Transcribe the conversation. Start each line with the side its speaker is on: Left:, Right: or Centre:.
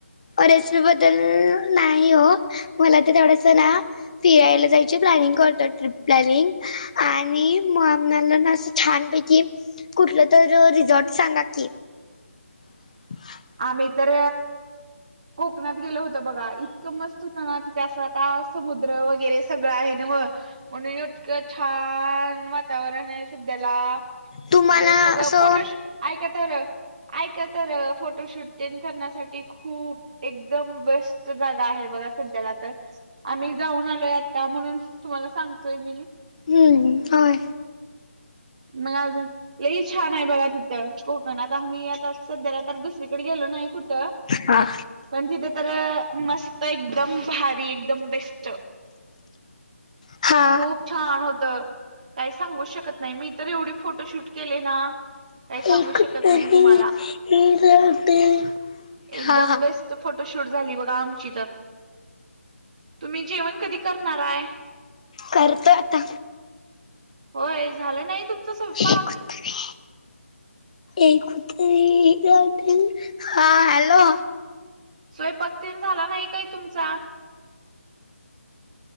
Left: रेसिपी बद्दल नाही हो मला तर एवढस ना, फिरायला जायच प्लॅनिंग करतो ट्रिप प्लॅनिंग आणि म ना असं छान पैकी, कुठलं तर रिझॉर्ट सांगा की <unintelligible> <inaudible>
Right: आम्ही तर कोकणात गेलो होतो. बघा इतकं मस्त होत ना तिथे असं आता समुद्र वगैरे सगळं आहे ना मग म्हक छान वातावरण आहे सध्याला
Left: तुम्हाला
Right: कि सगळं
Left: असं
Right: फोटोशू ऐका तर ऐका तर फोटोशूट ट करण्यासाठी खूप एक एकदम बेस्ट जागा आहे बघा सध्याला तर आम्ही जाऊन आलोय आता म्हणून तुम्हाला सांग तोय मी
Left: हम्म होय
Right: हो मग अज लई छान आहे बघा तिथं कोकण आता मी आता सध्याला तर दुसरीकडे गेलो नाही कुठं
Left: हा.
Right: पण तिथे तर मस्त एकदम भारी एकदम बेस्ट
Left: हा.
Right: खूप छान होत, काही सांगू शकत नाही मी. तर एवढी फोटोशूट केले ना काही सांगू
Left: एक
Right: शकत
Left: तरी
Right: नाही तुम्हाला.
Left: इरादे हा
Right: एकदम
Left: हा
Right: बेस्ट फोटोशूट झाली बघा आमची तर तुम्ही जेवण कधी करणार आहे.
Left: करतो आता
Right: होय झालं नाही तुमच पाक
Left: एक तरी एक कु हा हॅलो
Right: स्वयंपाक तन झाला नाही काय तुमचा